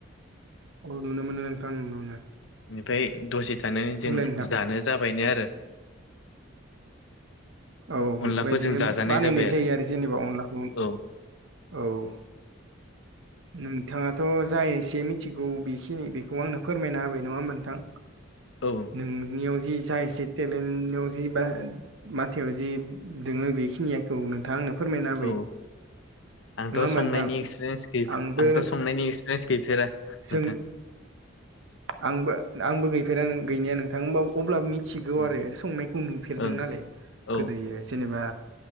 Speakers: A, on the right; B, on the left.
A: औ नुनो मोनो नोंथां नुुनो मोनो।
B: बेनिफ्राय दसे थानानै जों
A: बुंलाय नोंथां
B: जानो जाबायनो आरो।
A: औ बेफोरबायदिनो
B: अनलाखौ जों जाजानाय
A: बानायनाय
B: जाबाय
A: जायो आरो जेनेबा अनलाखौ।
B: औ
A: औ नोंथाङाथ' जाय एसे मिथिगौ बेखिनि बेखौ आंनो फोरमायना होबाय नङा होमबा नोंथां
B: औ
A: नोंनियाव जि जा एसे टेलेन्टाव जि बा मा थियाव जे दोङो बेखिनि आखौ नोंथाङा आंनो फोरमायना होबाय
B: औ आंथ'
A: नङा होमबा
B: संनायनि
A: नोंथां
B: एक्सपिरियेन्स गै
A: आंबो
B: आंथ' संनायनि एक्सपिरियेन्स गैफेरा
A: जों
B: नोंथां
A: आंबो आंबो गैफेरा गैनाया नोंथां ओमबाबो अब्लाबो मि थिगौ
B: ओं
A: आरो संनायखौ नुफेरदों
B: ओं
A: नालाय
B: औ
A: गोदोयो जेनेबा